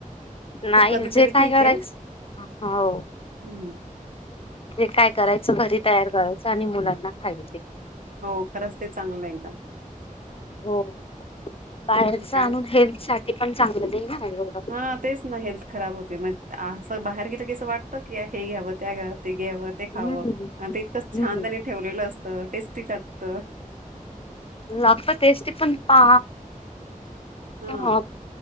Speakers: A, on the left (about 40°); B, on the right (about 70°).
A: नाही
B: खूप कधीतरी
A: जे काय
B: ठीक
A: करायचं
B: आहे
A: हो
B: हम्म
A: ते काय करायचं, घरी तयार करायचं आणि मुलांना खायच
B: हो खरंच ते चांगलं एकदम.
A: हो बाहेरच
B: कारण
A: आणून हेल्थ साठी पण चांगलं नाही ना. एवढं
B: हा तेच ना हेल्थ खराब होते, मग असं बाहेर गेलं कीस वाटत क्या ह हेे आवत यागत ते खावं
A: हम्म
B: आणि इतकं छान
A: हम्म
B: त्यानी ठेवलेलं असतं टेस्ट ते लागत.
A: लागतं टेस्टी पण पा
B: हा
A: ह